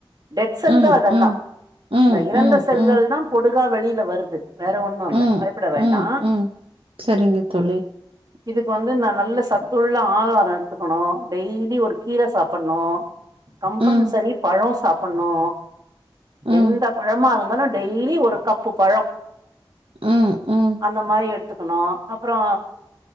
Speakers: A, on the right (about 45°); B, on the right (about 80°).
A: டெட் செல்
B: ம்
A: தா அதெல்லா
B: ம் ம்
A: இந்த இறந்த
B: ம்
A: செல்கள்
B: ம்
A: தா போட் டுகா வெளில வருது வேற ஒண்ணுல்ல
B: ம்
A: பயப்பட வேண்டா
B: ம் ம் சரிங்க தோழி
A: இதுக்கு வந்து நா நல்ல சத்துள்ள ஆகார எடுத்துகணு டெய்லீ ஒரு கீர சாப்புன்னு கம்பல்சரி
B: ம்
A: பழோ சாப்புன்னு
B: ம்
A: எந்த பழமாருந்தாலு டெய்லீ ஒரு கப்பு பழொ
B: ம் ம் ம்
A: அந்த மாரி எ குனு அப்றோ